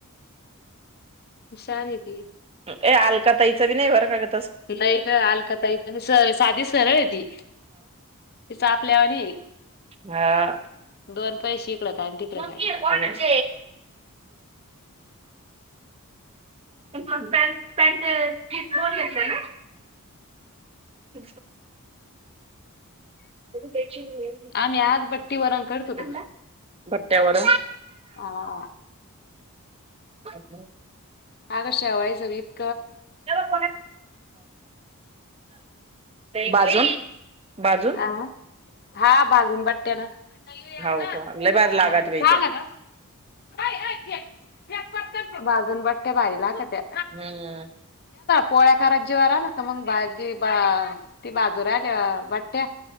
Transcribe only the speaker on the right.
ए अलकाताईच विनय वरगत
हह
ममी
त पॅन्ट फिट होते ना ती उडदाची नाही
तर मग भत्यावर
कशी
त्यालाल बाजून बाजून
हाव का लय भारी लागत
बाई त्या
हम्म